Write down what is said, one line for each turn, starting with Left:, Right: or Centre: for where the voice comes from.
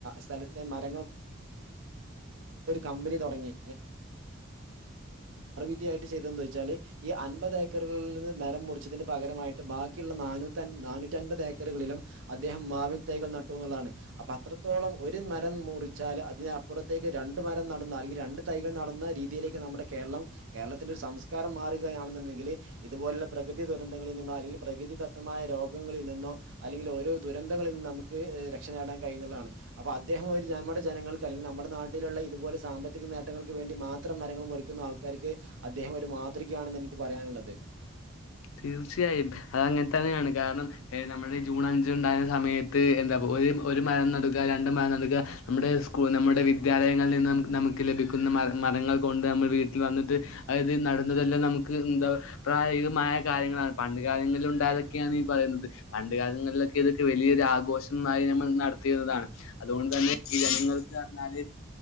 Right: സ്ഥലത്തെ മര കമ്പനി തുടങ്ങി വൃത്തിയായിട്ട് ചെയ്തതെന്തുവച്ചാലീഅൻപതേക്കറുകളിൽനിന്ന്മരം മുറിച്ചതിന്റെ പകരമായിട്ട്, ബാക്കിയുള്ള നാനൂറ്റൻപ നാനൂറ്റി അൻപതേക്കറുകളിലും, അദ്ദേഹം മാവിൻ തൈകൾ നട്ടൂന്നുള്ളതാണ്. അപ്പൊ അത്രത്തോളമൊരു മരം മു.. മുറിച്ചാലതിനപ്പുറത്തേക്കുരണ്ടു മരംനടന്ന അല്ലെങ്കിൽ രണ്ടു തൈകൾ നടുന്ന രീതിയിലേക്ക് നമ്മുടെ കേരളം. കേരളത്തിന്റെയൊരു സംസ്കാരം മാറുകയാണെന്നുണ്ടെങ്കില്, ഇതുപോലുള്ള പ്രകൃതി ദുരന്തങ്ങളിൽ നിന്നോയല്ലെങ്കിൽ പ്രകൃതിദത്തമായൊരു രോഗങ്ങളിൽ നിന്നോ അല്ലെങ്കിൽ ഓരോ ദുരന്തങ്ങളിൽ നിന്നും നമുക്കു രക്ഷനേടാൻ കഴിയുമെന്നുള്ളതാണ്. അപ്പം അദ്ദേഹം അവ നമ്മുടെ ജനങ്ങൾക്ക ല്ലെങ്കിൽ നമ്മുടെ നാട്ടിലുള്ളയിതുപോലെ സാമ്പത്തിക നേട്ടങ്ങൾക്കുവേണ്ടി മാത്രം മരങ്ങൾ മുറിക്കുന്നയാൾക്കാർക്ക് അദ്ദേഹമൊരു മാതൃകയാണെന്ന് എനിക്കുപറയാനുള്ളത്.
Left: തീർച്ചയായും. അത ങ്ങനെതന്നെയാണ്. കാരണം, നമ്മുടെജൂൺ അഞ്ചിനുണ്ടായ.. സമയത്തെന്താ, ഒരു മരം നടുക, രണ്ടുമരംനടുക നമ്മുടെ സ്കൂ.. നമ്മുടെ വിദ്യാലയങ്ങളിൽ നിന്നും നമു, നമുക്ക് ലഭിക്കുന്ന മരങ്ങൾകൊണ്ടുനമ്മൾ വീട്ടിൽ വന്നിട്ടതായിത് നടുന്നതെല്ലാം നമുക്ക് എന്താ പറ പ്രായ ഇതുമാക്സ് കാര്യങ്ങളാണ്. പണ്ടുകാലങ്ങളിലുണ്ടായതൊക്കെയാണീപറയുന്നത്. പണ്ടുകാലങ്ങളിലൊക്കെ ഇതൊക്കെ വലിയൊരാഘോഷമായി നമ്മൾ നടത്തിയിരുന്നതാണ്. അതുകൊണ്ടുതന്നെ, ഈ ജനങ്ങൾക്കുപറഞ്ഞാല്,